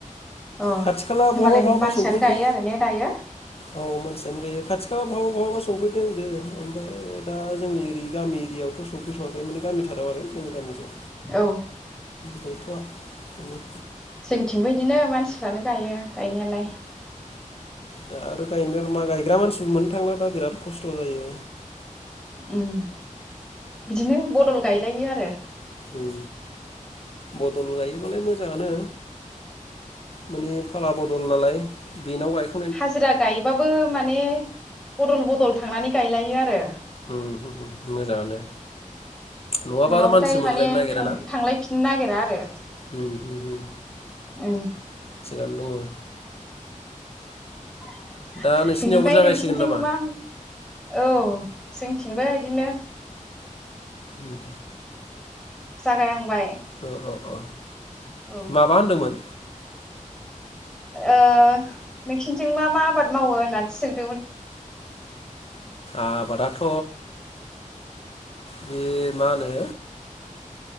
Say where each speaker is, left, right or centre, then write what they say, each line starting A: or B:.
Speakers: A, in the centre; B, on the left.
A: अ
B: खाथि खाला
A: होमबालाय
B: बहाबा बहाबा
A: मानसियानो
B: सफैदों
A: गायो आरो ने दायो
B: औ मानसियानो गायो खाथि खाला बहाबा बहाबा सफैदों जे ओम ओ दा जोंनि ओरै गामि एरियावथ' सफैथ'वाखै माने गामिथाराव आरो जोंनि गामिजो
A: औ
B: गैथ'वा नो
A: जोंनिथिंबो इदिनो मानसिफ्रानो गायो। गायनायालाय
B: दा आरो गायनो मा गायग्रा मानसिबो मोननो थांला दा बिराद खस्थ' जायो।
A: उम बिदिनो बदल गायलायो आरो
B: उम बदल गायोबालाय मोज जांआनो माने फाला बदल नालाय बेनाव गायख
A: हाजिरा गायोबाबो माने हे बदल बदल थांनानै गायलायो आरो
B: उम होम होम मोजाङानो नङाबा
A: नङाबाथाय
B: आरो मानसि
A: माने
B: मोनलायनो नागिराना
A: थांलायफिननो नागिरा आरो
B: उम होम होम
A: उम
B: थिगानो दङ।
A: <inaudible>
B: दा नोंसिनियावबो
A: बिनिफ्राय
B: जागायसिगोन
A: नोंसिनिथिं
B: नामा
A: माम औ जोंथिंबो इदिनो
B: उम
A: जागायहांबाय
B: अ अ अ
A: औ
B: माबा होनदोमोन
A: ओ नोंसिनिथिं मा मा आबाद मावो होननानैसो सों
B: आबादाथ' बे मा होनो